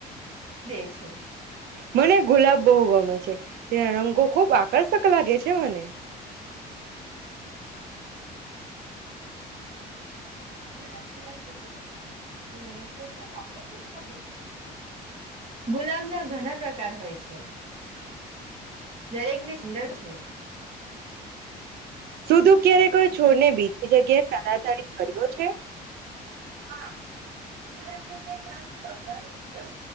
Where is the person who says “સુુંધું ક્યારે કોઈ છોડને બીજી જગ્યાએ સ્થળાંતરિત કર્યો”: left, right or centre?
Right